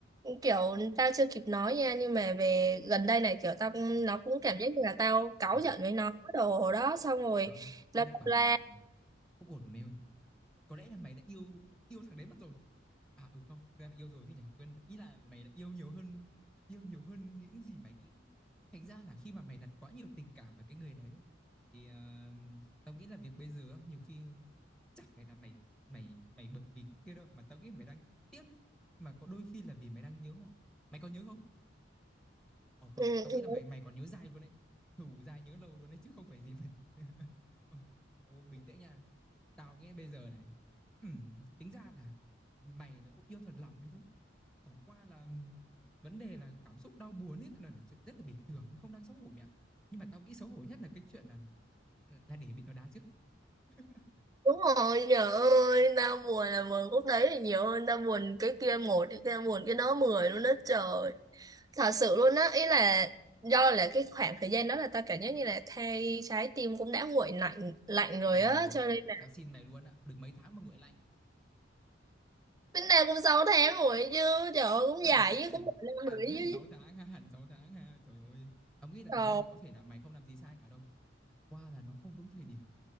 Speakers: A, on the right; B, in the centre.
A: kiểu tao chưa kịp nói nha nhưng mà về gần đây này kiểu tao cũng-
B: không ổn rồi
A: nó
B: mẹ ạ.
A: cũng cảm giác như là tao cáu
B: Ờ,
A: giận với nó cái đồ đó xong rồi
B: rồi,
A: nó
B: tao định
A: đâm
B: bảo
A: ra
B: là không ổn rồi mẹ ơi. có lẽ là mày đã yêu yêu thằng đấy mất rồi à ừ không thực ra là yêu rồi chứ nhỉ quên ý là mày đã yêu nhiều hơn yêu nhiều hơn những gì mày nghĩ đấy thành ra là khi mà mày đặt quá nhiều tình cảm vào cái người đấy thì ờ, tao nghĩ là việc bây giờ á, nhiều khi ờ, chả phải là mày mày mày bực vì cái kia đâu mà tao nghĩ mày đang tiếc ấy mà có đôi khi là vì mày đang nhớ họ mày có nhớ không ờ không
A: ừ,
B: tao
A: ừ,
B: nghĩ là mày mày còn nhớ dai luôn đấy thù dai nhớ lâu luôn đấy chứ không phải gì mình <laughs> Ô, bình tĩnh nha Tao nghĩ bây giờ này, ừm, tính ra là mày nó cũng yêu thật lòng ấy chứ. Chẳng qua là ừm, vấn đề là cảm xúc đau buồn ấy là, là chuyện rất là bình thường, ấy, không đáng xấu hổ mẹ. Nhưng mà tao nghĩ xấu hổ nhất là cái chuyện là là để bị nó đá trước. <laughs>
A: đúng rồi trời ơi tao buồn là buồn khúc đấy là nhiều hơn tao buồn cái kia một cái kia buồn cái đó mười luôn đó trời thật sự luôn á ý là do là cái khoảng thời gian đó là tao cảm giác như là thay trái tim cũng đã nguội lạnh lạnh rồi
B: Ôi
A: á
B: dồi ôi,
A: cho nên là
B: tao xin mày luôn á, được mấy tháng mà nguội lạnh. <laughs>
A: tính ra cũng 6 tháng rồi chứ trời ơi cũng
B: Ờ,
A: dài
B: hẳn
A: chứ cũng một năm
B: hẳn
A: rồi
B: hẳn
A: chứ
B: 6 tháng ha, hẳn 6 tháng ha. Trời ơi. Tao nghĩ là thực
A: trời
B: ra thì có thể là mày không làm gì sai cả đâu. Chẳng Qua là nó không đúng thời điểm.